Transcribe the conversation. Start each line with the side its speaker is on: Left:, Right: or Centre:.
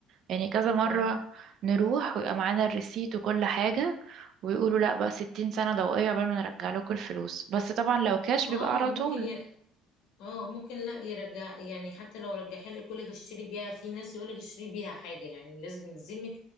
Right: يعني كذا مرة
Left: اه
Right: نروح ويبقى معانا الريسيت وكل حاجة ويقولوا لا بقى 60 سنة ضوئية عقبال ما نرجع لكم الفلوس بس طبعا لو كاش
Left: اه
Right: بيبقى على
Left: ممكن
Right: طول
Left: ي... اه ممكن لا يرجع يعني حتى لو رجعها لك يقول لك اشتري بيها في ناس يقول لك اشتري بيها حاجه يعني لازم يلزمك